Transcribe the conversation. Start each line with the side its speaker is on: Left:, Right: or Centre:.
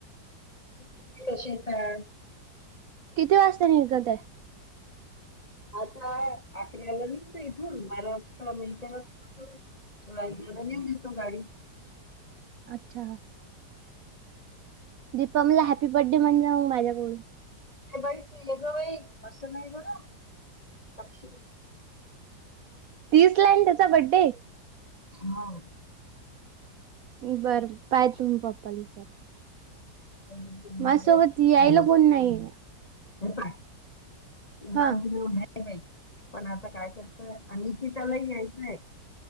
Left: तुम्ही कशे येतात
Right: कितीे वाजता निघत हाय
Left: आता अकराला निघते इथून बारा वाजता मी इथे रजू होतो थोडा इकडं नेऊ देतो गाडी
Right: अच्छा दीपमला हॅपी बर्थडे म्हणजा ओ माझ्याकडून
Left: हे बाई तू येग बाई असं नाही बर साक्षी
Right: तीसला हायना त्याचा बड्डे
Left: हो
Right: बरं पाय तो मी पप्पाला विचारून
Left: शाळेबद्दल म्हणाले,
Right: माझ्यासोबत
Left: साक्षी
Right: यायला कोण नाही
Left: हे पाय ह्यात
Right: हा.
Left: बी लोन हाय बाई पण आता काय करताय आणि कि त्याला यायचंय